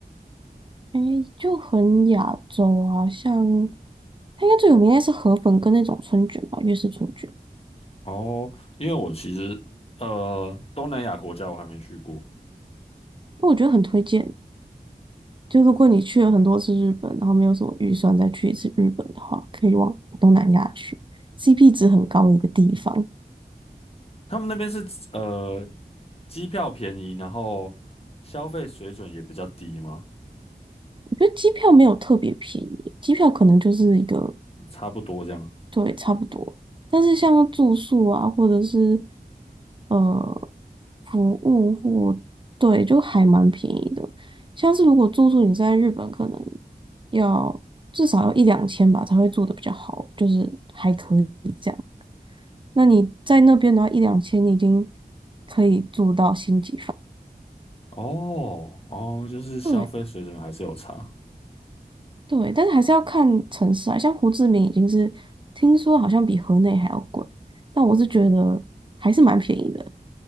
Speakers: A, on the right; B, on the left.
A: 诶，就很亚洲啊，像它应该最有名应该是河粉跟那种春卷吧，粤式春卷，
B: 哦，因为我其实呃东南亚国家我还没去过，
A: 我觉得很推荐。就如果你去了很多次日本，然后没有什么预算再去一次日本的话，可以往东南亚去，CP 值很高的一个地方。
B: 他们那边是呃机票便宜，然后消费水准也比较低吗？
A: 我觉得机票没有特别便宜，机票可能就是一个
B: 差不多这样。
A: 对，差不多。但是像住宿啊，或者是呃服务或对，就还蛮便宜的。像是如果住宿你在日本，可能要至少要一两千吧，才会住的比较好，就是还可以这样。那你在那边的话，一两千你已经可以住到星级房。
B: 哦哦，就是消费水准还是有差。
A: 对。对，但是还是要看城市啊，像胡志明已经是听说好像比河内还要贵，但我是觉得还是蛮便宜的。